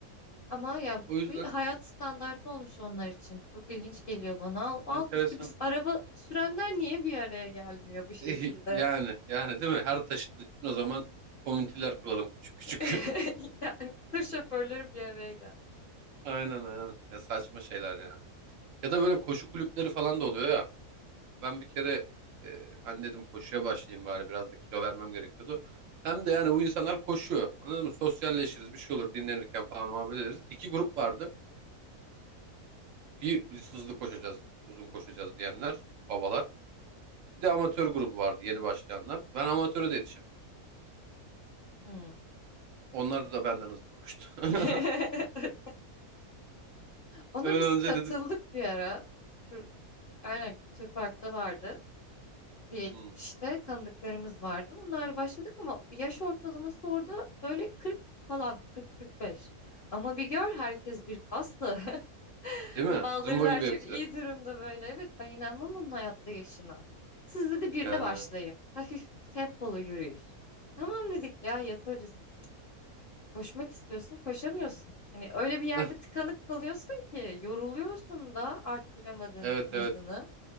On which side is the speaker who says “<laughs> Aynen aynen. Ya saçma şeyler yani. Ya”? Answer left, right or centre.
Right